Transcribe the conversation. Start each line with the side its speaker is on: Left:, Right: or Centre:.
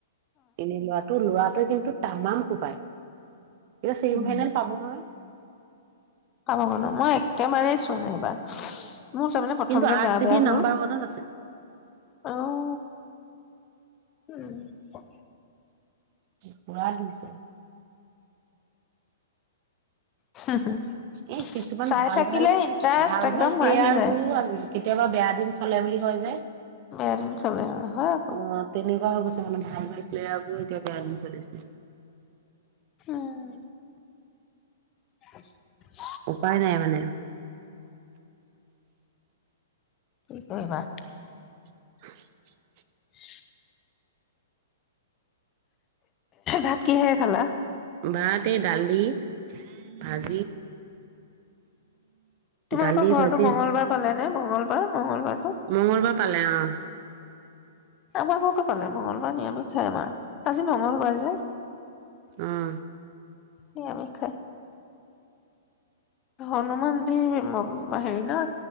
Right: এনেই লোৱাটো লোৱা কিন্তু তামাম কোবাই। এতিয়া ছেমি
Left: উম
Right: ফাইনেল পাব নহয়!
Left: পাব ব নো <unintelligible> মই একেবাৰেই চোৱা নাই এইবাৰ। মোৰ তাৰমানে প্ৰথম
Right: কিন্তু
Left: যে,
Right: আৰ
Left: গা'বেয়াবোৰ
Right: চি বি নাম্বাৰ ওৱানত আছে
Left: আহ, উম,
Right: পুৰা দিছে।
Left: চাই
Right: এই কিছুমান ভাল
Left: থাকিলে
Right: ভাল
Left: ইণ্টাৰেষ্ট
Right: ভাল
Left: একদম
Right: ভাল প্লেয়াৰ
Left: বাঢ়ি যায়।
Right: বোৰো কেতিয়াবা বেয়া দিন চলে বুলি কয় যে।
Left: বেয়া দিন চলে ন হয় আক
Right: অ তেনেকুৱা হৈ গৈছে মানে ভাল ভাল প্লেয়াৰ বোৰো এতিয়া বেয়া দিন চলিছে।
Left: উম, <inaudible>
Right: উপায় নাই মানে।
Left: কি কৰি বা?
Right: <inaudible>
Left: <inaudible> ভাত কিহেৰে খালা?
Right: ভাত এই দালি ভাজি
Left: তোমালোকৰ
Right: দালি
Left: ঘৰতটো
Right: ভাজি
Left: মঙ্গলবাৰ পালে নে? মংগলবাৰ মঙ্গলবাৰতটো?
Right: মংগলবাৰ পালে অ',
Left: আমাৰ ঘৰকো পালে মঙ্গলবাৰ নিয়মিষ খাই আমাৰ, আজি মঙ্গলবাৰ যে!
Right: উম
Left: নিৰামিষ খাই হনুমানজি হেৰি ন